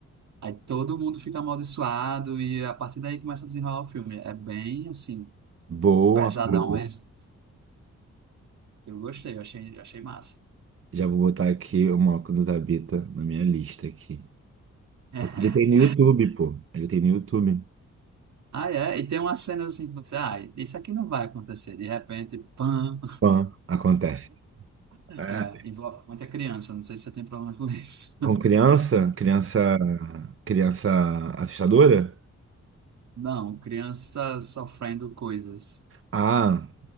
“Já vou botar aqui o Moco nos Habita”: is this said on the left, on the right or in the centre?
Right